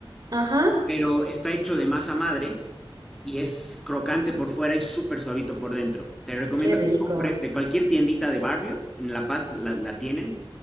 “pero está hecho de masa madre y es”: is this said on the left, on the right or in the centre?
Centre